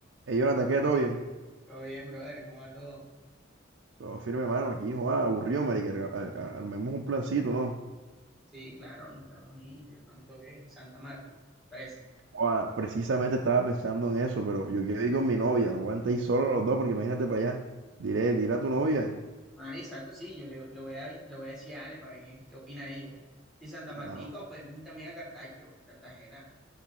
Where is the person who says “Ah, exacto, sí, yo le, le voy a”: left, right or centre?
Centre